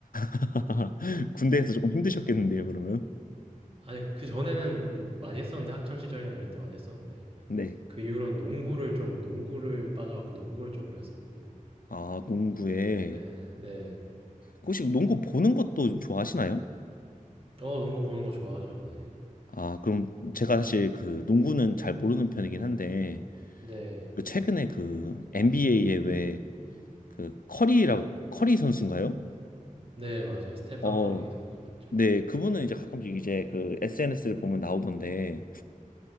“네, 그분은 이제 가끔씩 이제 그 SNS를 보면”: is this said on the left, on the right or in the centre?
Left